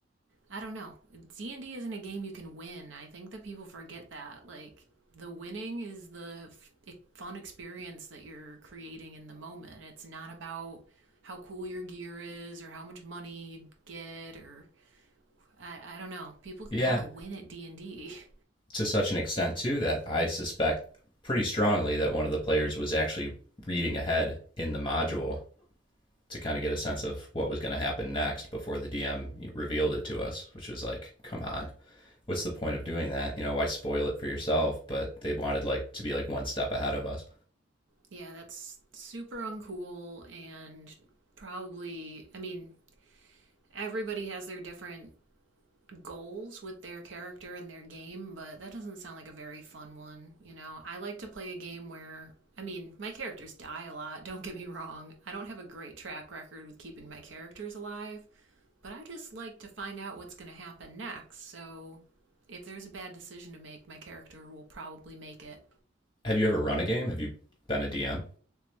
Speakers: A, on the right; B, on the left.
A: I don't know. D and D isn't a game you can win. I think that people forget that. Like the winning is the f- e, fun experience that you're creating in the moment. It's not about how cool your gear is or how much money you get or I, I don't know. People
B: yeah.
A: want to win at D and D. <laughs>
B: To such an extent, too, that I suspect pretty strongly that one of the players was actually reading ahead in the module to kind of get a sense of what was going to happen next before the DM revealed it to us, which was like, come on, what's the point of doing that? You know, why spoil it for yourself? But they wanted like to be like one step ahead of us.
A: Yeah, that's super uncool and probably. I mean, everybody has their different goals with their character and their game, but that doesn't sound like a very fun one. You know, I like to play a game where, I mean, my characters die a lot, <laughs> don't get me wrong. I don't have a great track record with keeping my characters alive, but I just like to find out what's going to happen next. So if there's a bad decision to make, my character will probably make it.
B: Have you ever run a game? Have you been a DM?